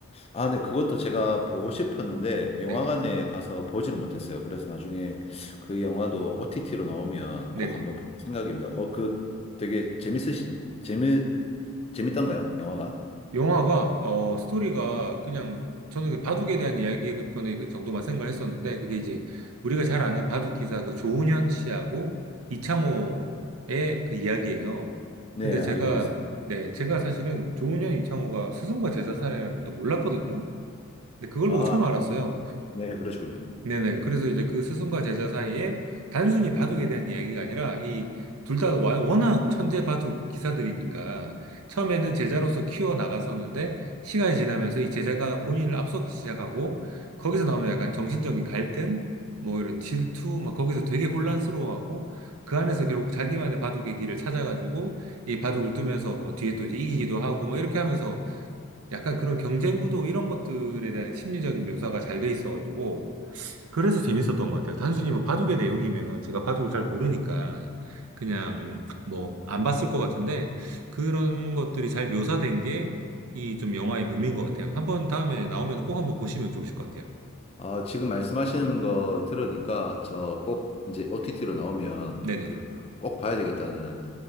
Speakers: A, on the left (about 25°); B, on the right (about 80°).
A: 아, 네, 그것도 제가 보고 싶었는데 영화관에
B: 네네.
A: 가서 보지를 못했어요. 그래서 나중에 그 영화도 OTT로 나오면
B: 네네.
A: 꼭 한번 볼 생각입니다. 어, 그 되게 재밌으시 재미 재밌던가요? 영화가?
B: 영화가 어 스토리가 그냥 저는 그 바둑에 대한 이야기거의그 정도만 생각했었는데 그게 이제 우리가 잘 아는 바둑 기사 그 조훈현 씨하고 이창호의 그 이야기예요.
A: 네,
B: 근데
A: 알고
B: 제가
A: 있습니다.
B: 네 제가 사실은 조훈현 이창호가 스승과 제자 사이라는 것도 몰랐거든요. 근데 그걸
A: 아,
B: 보고 처음 알았어요.
A: 네, 그러시군요.
B: 네네. 그래서 이제 그 스승과 제자 사이에 단순히 바둑에 대한 이야기가 아니라 이 둘 다 워낙 천재 바둑 기사들이니까 처음에는 제자로서 키워 나갔었는데 시간이 지나면서 이 제자가 본인을 앞서기 시작하고 거기서 나오는 약간 정신적인 갈등, 뭐 이런 질투, 막 거기서 되게 혼란스러워하고 그 안에서 결국 자기만의 바둑의 길을 찾아가지고 이 바둑을 두면서 뭐 뒤에 또 이제 이기기도 하고 뭐 이렇게 하면서 약간 그런 경쟁 구도 이런 것들에 대한 심리적인 묘사가 잘 돼 있어가지고 그래서 재밌었던 것 같아요. 단순히 뭐 바둑의 내용이면 제가 바둑을 잘 모르니까 그냥 뭐 안 봤을 것 같은데 그런 것들이 잘 묘사된 게 이 좀 영화의 묘미인 것 같아요. 한번 다음에 나오면 꼭 한번 보시면 좋으실 것 같아요.
A: 아, 지금 말씀하시는 거 들으니까 저 꼭 이제 OTT로 나오면
B: 네네네.
A: 그 꼭 봐야 되겠다는